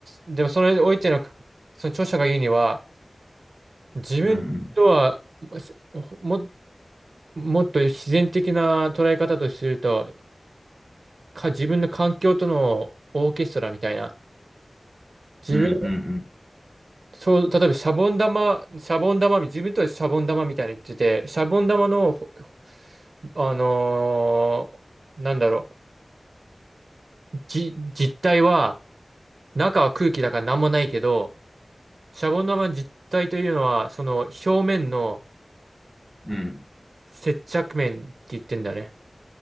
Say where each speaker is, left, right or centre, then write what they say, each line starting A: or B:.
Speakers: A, on the right; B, in the centre.
A: でもそれにおいての、その著者が言うには、自分とは
B: うん、
A: も、もっと自然的な捉え方とすると、か、自分の環境とのオーケストラみたいな。自分、
B: うん、うん、
A: そう、例えばシャボン玉、シャボン玉、自分とはシャボン玉みたいに言ってて、シャボン玉の、ほあのーなんだろう、じ、実体は、中は空気だから何もないけど、シャボン玉の実体というのは、その表面の
B: うん、うん。
A: 接着面って言ってんだよね。